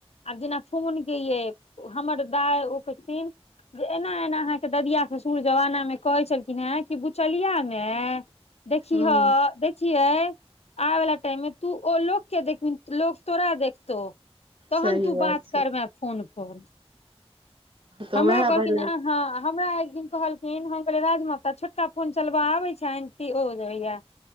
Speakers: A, on the left; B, on the right.
A: आब जेना फोन के यइ हमर दाय ओ कहथिन जे एना एना अहाँके ददिया ससुर जमाना मे कहै छलखिन हे कि बुचलिया माँ देखिह
B: हूँ
A: देखियै आब वला टाइम मे तू ओ लोक के देखबीहीन लोको तोरा देखतौ तहन
B: सही
A: तू बात
B: छै
A: करबै फोन पर
B: तऽ
A: हमरा
B: उएह
A: कहथि
B: भेलै
A: हँ हमरा एकदिन कहलखिन हम कहिलियै राज माता छोटका फोन चलबा आबै छैन टो ओ याया